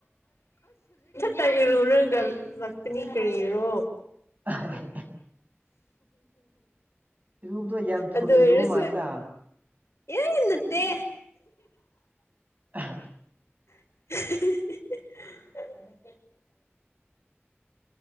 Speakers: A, on the left; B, on the right.
A: ꯇ ꯏꯔꯨ ꯅꯣꯏꯒꯂꯛꯇꯅꯤ ꯀꯔꯤꯔꯣ
B: ꯑ ꯏꯔꯨꯕꯗꯣ ꯌꯥꯝ ꯊꯨꯅ
A: ꯑꯗꯨꯑꯣꯏꯔꯁꯨ
B: ꯏꯔꯨꯕ ꯃꯥꯜꯂꯤꯗ
A: ꯌꯦ ꯏꯅꯠꯇꯦ
B: <inaudible>
A: <unintelligible> <inaudible>